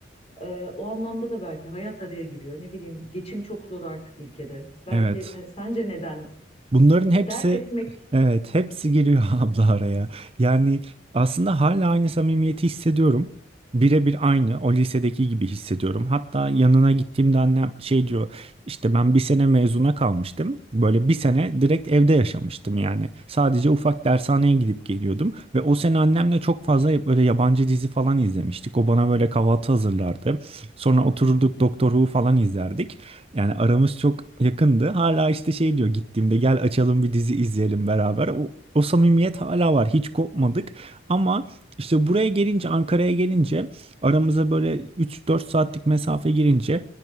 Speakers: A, on the left; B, on the right.
A: Ee, o anlamda da belki hayat araya giriyor. Ne bileyim geçim çok zor artık ülkede. Belki
B: Evet.
A: hani sence neden
B: Bunların hepsi
A: Hani dert etmek
B: evet hepsi giriyor <laughs> abla araya. Yani aslında hala aynı samimiyeti hissediyorum. Birebir aynı o lisedeki gibi hissediyorum. Hatta yanına gittiğimde annem şey diyor işte ben bir sene mezuna kalmıştım. Böyle bir sene direkt evde yaşamıştım yani. Sadece ufak dershaneye gidip geliyordum. Ve o sene annemle çok fazla böyle yabancı dizi falan izlemiştik. O bana böyle kahvaltı hazırlardı. Sonra otururduk Doktor Who falan izlerdik. Yani aramız çok yakındı. Hala işte şey diyor gittiğimde gel açalım bir dizi izleyelim beraber. O, o samimiyet hala var. Hiç kopmadık. Ama işte buraya gelince Ankara'ya gelince aramıza böyle üç dört saatlik mesafe girince